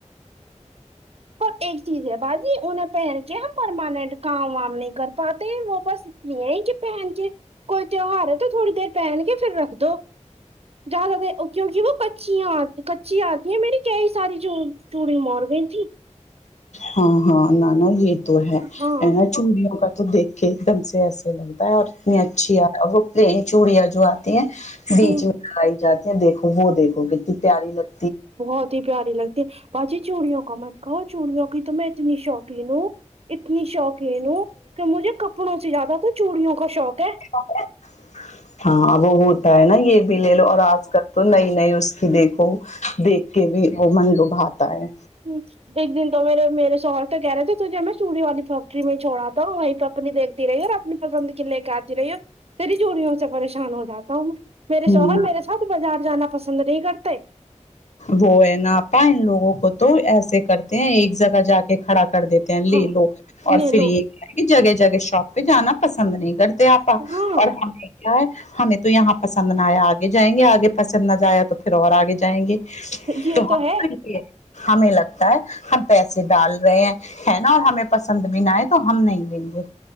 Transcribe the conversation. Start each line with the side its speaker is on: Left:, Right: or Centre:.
Right: اور ایک چیز ہے باجی انہیں پہن کے ہم پرماننٹ کام وام نہیں کر پاتے وہ بس نہیں کہ پن چ کوئی تیوہار ہے تو تھوڑی دیر پہن کے پھر رکھ دو زیادہ ت کیونکہ وہ پچیا آ کچی آتی ہیں میری کیئی ساری جو چوڑی مار گئی تھھی
Left: ہاں ہاں نانا یہ تو ہے
Right: ہاں
Left: چوڑیوں کا تو دیکھ کے ایک دم سے ایسے لگتا ہے اور اتنی اچھی آ وہ پری چوڑیاں جو آ بیچ
Right: ہ
Left: میں لگائی جاتی ہیں دیکھو وہ دیکھو کتنی پیاری لگ
Right: بہت ہی پیاری لگتی ہے باجی چوڑیوں کا مت کہو چوڑیوںوکئی تو م میں اتنی شوقی ہ اتنی شوقین ہوں کہ مجھے کپڑوں سے زیادہ تو چوڑیوں کا شوق ہے
Left: کپڑے ہاں وہ ہوتا ہے نا یہ بھی لے لو اور آج کل تو نئی نئی اس کی دیکھو دیکھ کے بھی وہ من لبھاتا ہے
Right: ہ ایک دن تو میرے میرے شہر کا تو کہہ رہے تھے تو ج میں چوڑیوں فیکٹری میں چھڑا تھا وہیں پے اپنی دیکتی رہی ہے اور اپنی پسند کے لے کے آتی رہی تری چوڑیوں سے پریشان ہو جاتا ہوں میرے
Left: ہ
Right: شوہر میرے سے مرد بازار جانا پسند نہیں کرتا
Left: وہ ہے نا آپا ان لوگوں کو تو ایسے کرتے ہیں ایک جگہ جا کے کھڑا کر دیتے لے
Right: ہاں
Left: لو اور
Right: لے
Left: پھر
Right: لو
Left: یہ جگہ جگہ شاپ پہ جانا پسند نہیں کرتے آپ اور
Right: ہاں
Left: ہم کیا ہے ہمیں تو یہاں پسند نہ آیا آگے جائیں گے آگے پسند نہ جایا تو پھر اور آگے جائیں گے
Right: یہ
Left: تو ہم
Right: ہے
Left: یہ ہمیں لگتا ہے ہم پیسے ڈال رہے ہیں ہے نا اور ہمیں پسند بھی نہ آئے تو ہم نہیں لیں گے